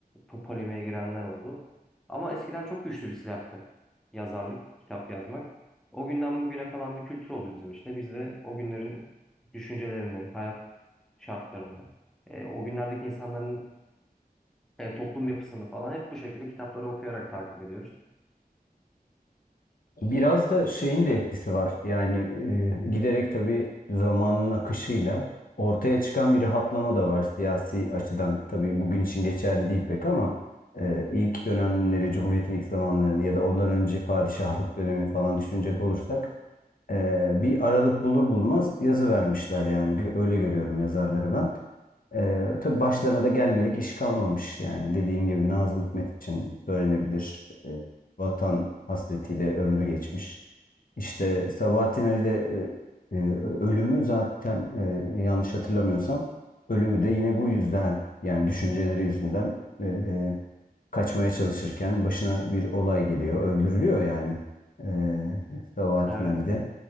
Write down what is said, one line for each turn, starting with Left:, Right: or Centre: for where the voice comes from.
Centre: po- polemiğe girenler oldu. Ama eskiden çok güçlü bir silah yazarlık, kitap yazmak. O günden bugüne kalan bir kültür oldu bizim işte. Biz de o günlerin düşüncelerini, hayat şartlarını, e, o günlerdeki insanların e, toplum yapısını falan hep bu şekilde kitapları okuyarak takip ediyoruz.
Left: Biraz da şeyin de etkisi var. Yani e, giderek tabii zamanın akışıyla ortaya çıkan bir rahatlama da var siyasi açıdan. Tabii bugün için geçerli değil pek ama e, ilk dönemleri, Cumhuriyet'in ilk zamanlarını ya da ondan önce padişahlık dönemini falan düşünecek olursak ee, bir aralık bulur bulmaz yazı vermişler yani. Öyle görüyorum yazarları ben. Ee, tabii başlarına da gelmedik iş kalmamış yani. Dediğin gibi Nazım Hikmet için söylenebilir. Ee, vatan hasretiyle ömrü geçmiş. İşte Sabahattin Ali'de e, e, ölümü zaten e, yanlış hatırlamıyorsam ölümü de yine bu yüzden yani düşünceleri yüzünden e, e, kaçmaya çalışırken başına bir olay geliyor. Öldürülüyor yani e, Sabahattin
Centre: Evet,
Left: Ali'de.